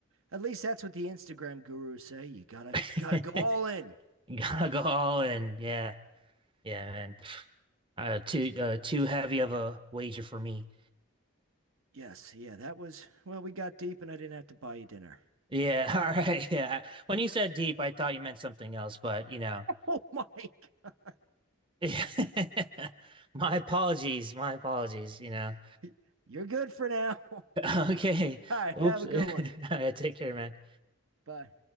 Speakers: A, on the right; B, on the right.
A: at least that's what the Instagram gurus say. You gotta
B: <laughs>
A: gotta go all in.
B: You gotta go all in. Yeah. Yeah, man. Uh, too, uh, too heavy of a wager for me.
A: Yes, yeah, that was well, we got deep and I didn't have to buy you dinner. <laughs>
B: Yeah. <laughs> All right. Yeah. When you said deep, I thought you meant something else, but, you know,
A: Oh my God.
B: <laughs> my apologies. My apologies, you know.
A: <laughs> You're good for now. <laughs> All
B: <laughs> Okay.
A: right, have
B: Oops.
A: a good
B: <laughs> All
A: one.
B: right, take care, man.
A: Bye.